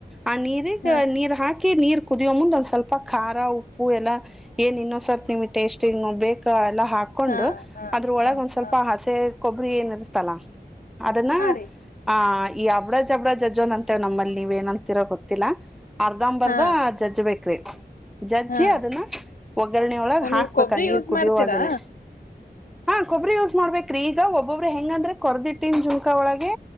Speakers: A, in the centre; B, on the left (about 50°).
A: ಆ ನೀರಿಗ್
B: ಹಾ
A: ನೀರ್ ಹಾಕಿ ನೀರ್ ಕುದಿಯೋ ಮುಂದೆ ಒಂದ್ ಸ್ವಲ್ಪ ಖಾರ ಉಪ್ಪು ಎಲ್ಲ ಏನ್ ಇನ್ನೊಂದ್ ಸ್ವಲ್ಪ ನಿಮ್ಗೆ ಟೇಸ್ಟಿಂಗ ಬೇಕ ಎಲ್ಲಾ ಹಾಕೊಂಡು
B: ಹಾ ಹಾ
A: ಅದ್ರೊಳಗ
B: ಹಾ
A: ಒಂದ್ ಸ್ವಲ್ಪ
B: ಹಾ
A: ಹಸೆ ಕೊಬ್ಬರಿ ಏನ ಇರ್ತಲ್ಲ ಅದನ್ನ
B: ಹಾ ರೀ
A: ಆ ಈ ಅಬಡ ಜಬಡ ಜೆಜ್ಜಿದು ಅಂತೇವಿ ನಮ್ಮಲ್ಲಿ ನೀವ್ ಏನಂತೀರೋ ಗೊತ್ತಿಲ್ಲಾ ಅರ್ಧಂಬಂಬರ್ದ
B: ಹಾ
A: ಜಜ್ ಬೇಕ್ರಿ ಜಜ್ಜಿ
B: ಹಾ
A: ಅದನ್ನ ಒಗ್ಗರಣೆೊಳಗ ಹಾಕ್ಬೇಕ
B: ನೀವು ಕೊಬ್ಬರಿ
A: ನೀರ್
B: ಯೂಸ್
A: ಕುದಿಯೋಾಗನನೆ
B: ಮಾಡ್ತೀರಾ
A: ಹಾ ಕೊಬ್ಬರಿ ಯೂಸ್ ಮಾಡ್ಬೇಕೇ್ರೀ ಈಗ ಒಬ್ಬೊಬ್ರ ಹೆಂಗಂದ್ರೆ ಕೊರ್ದಿಟ್ಟಿನ್ ಜುನ್ಕಾ ಒಳಗೆ